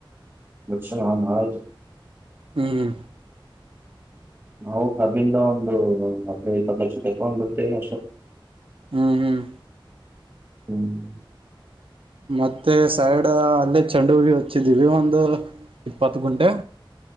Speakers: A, on the right (about 25°); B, on the right (about 85°).
A: ಲಕ್ಷಣ ನಾರಾಯ್ತು.
B: ಹ್ಮ್ ಹ್ಮ.
A: ನಾವು ಕಬ್ಬಿಂದ ಒಂದು ಹದಿನೈ ಇಪ್ಪತ್ತು ಲಕ್ಷ ತಕೊಂಡೊಂಡ್ ಬರ್ತೇವಿ ಅಷ್ಟ.
B: ಹ್ಮ್ ಹ್ಮ್.
A: ಹ್ಮ್.
B: ಮತ್ತೆ ಸೈಡ್ ಅಲ್ಲೇ ಚಂಡಿಹೂ ಹಚ್ಚಿದೀವಿ ಒಂದು ಇಪ್ಪತ್ತ ಗುಂಟೆ